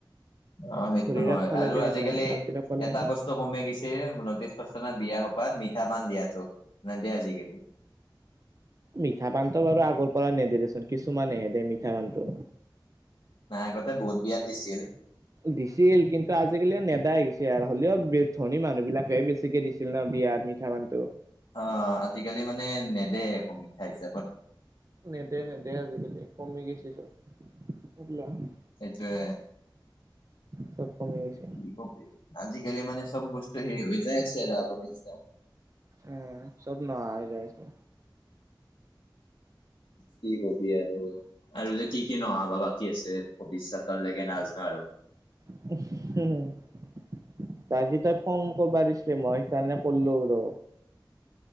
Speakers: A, on the left; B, on the right.
A: অ', সেইটো
B: ধৰি
A: হয়
B: ৰাখবা
A: আৰু
B: লাগে এইগিলা
A: আজিকালি
B: মাতি ৰাখবা লাগে
A: এটা বস্তু কমে গছে নটিছ কৰছাঁ না বিয়া সোপাত মিঠা পান দিয়াটো, নেদে আজিকালি।
B: মিঠা পানটো বাৰু আগৰ পৰা নেদে দেচোন কিছুমানেহে দে মিঠা পানটো।
A: নাই আগতে বহুত বিয়াত দিছিল।
B: দিছিল, কিন্তু আজিকালি নেদা হৈ গেচি আৰ, হলেওঁ ব্ৰে ধনী মানুহ বিলাকে বেছিকে দিছি ছিল না বিয়াত মিঠা পানটো।
A: অ', আজিকালি মানে নেদে আকৌ মিঠাই হিচাপত।
B: নেদে -নেদে আজিকালি কমি গেছি চব। <unintelligible>
A: এইটোৱে।
B: চব কমি গৈছে।
A: কি কবি, আজিকালি মানে চব বস্তু হেই হৈ যাই আছে আৰু আগৰ নিচনা।
B: উম, চব নহা হৈ যাই আছে।
A: কি কবি আৰু। আৰু যে কি -কি নহা বা বাকী আছে, ভৱিষ্যতৰ লেকে নাজনো আৰু।
B: <unintelligible> বাকি তই ফোন কৰবা দিছলি, মই সেইকাৰণে কৰলো ৰ।